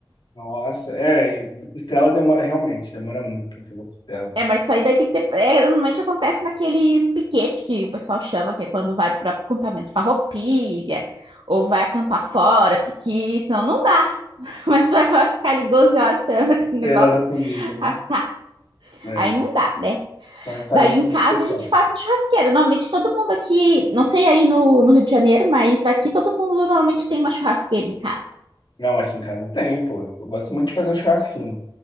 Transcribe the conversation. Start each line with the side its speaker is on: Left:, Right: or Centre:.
Left: Nossa, é, e costela demora realmente, demora muito pra fazer costela.
Right: É, mas isso aí daí tem que ter. é, normalmente acontece naqueles piquete que o pessoal chama, que é quando vai para acampamento farroupilha, ou vai acampar fora, porque senão não dá. <laughs> Como é que tu vai ficar ali 12 horas esperando aquele
Left: Beirando
Right: negócio
Left: a comida, né?
Right: assar?
Left: É.
Right: Aí não dá, né?
Left: Só em ocasiões
Right: Daí em casa
Left: especiais.
Right: a gente faz na churrasqueira. Normalmente todo mundo aqui, não sei aí no, no Rio de Janeiro, mas aqui todo mundo normalmente tem uma churrasqueira em casa.
Left: Não, aqui em casa tem, pô. Eu gosto muito de fazer um churrasquinho.